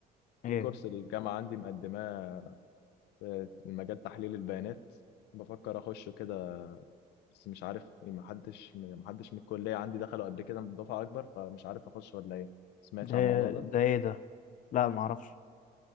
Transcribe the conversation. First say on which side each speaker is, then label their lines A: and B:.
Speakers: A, on the left; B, on the left.
A: في
B: ايه
A: كورس الجامعه عندي مقدماه مجال تحليل البيانات بفكر اخشه كده بس مش عارف يعني ما حدش ما حدش من الكليه عندي دخلوا قبل كده من دفعه اكبر فمش عارف اخش ولا ايه سمعتش
B: ده
A: عن الموضوع ده
B: ده ايه ده لا ما اعرفش